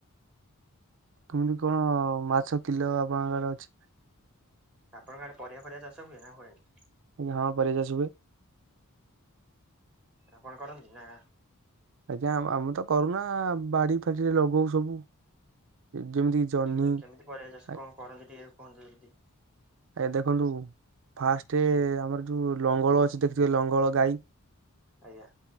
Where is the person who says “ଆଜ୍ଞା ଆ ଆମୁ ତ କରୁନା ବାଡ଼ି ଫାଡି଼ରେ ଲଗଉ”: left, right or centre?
Right